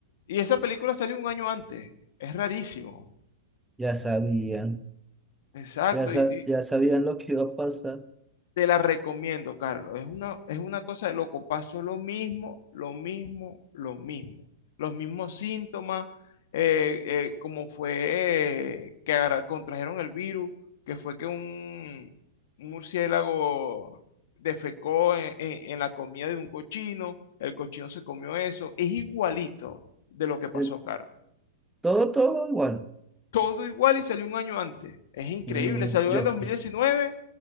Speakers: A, on the left; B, in the centre.
A: Y esa película salió un año antes. Es rarísimo.
B: Ya sabían,
A: Exacto.
B: ya, sa-
A: Y, y
B: ya sabían lo que iba a pasar.
A: te la recomiendo, Carlos. Es una, es una cosa de loco. Pasó lo mismo, lo mismo, lo mismo. Los mismos síntomas, eh, eh, como fue eh, que agarra- contrajeron el virus, que fue que un, un murciélago defecó en, en en la comida de un cochino. El cochino se comió eso. Es igualito de lo que pasó,
B: Eh,
A: Carlos.
B: todo, todo igual.
A: todo igual y salió un año antes. Es increíble,
B: Mm,
A: salió
B: yo,
A: en el dos mil diecinueve